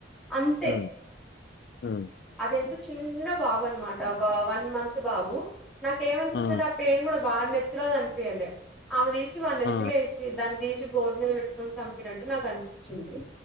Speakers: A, in the centre; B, on the left (about 60°).
A: అంతే
B: హ్మ్. హ్మ్.
A: అదెందుక్ చిన్న బాబు అన్నమాట ఒక వన్ మంత్ బాబు నాకేమనిపించిందంటే
B: ఆ!
A: పెను కుడా వని నేత్తిల కనిపియ్యలేదు ఆమె తీసి వని నేత్తిల
B: ఆ!
A: వేసి దాన్ని తీసి గోర్ మీద పెట్టుకోని చంపినట్టు నాకు అనిపించింది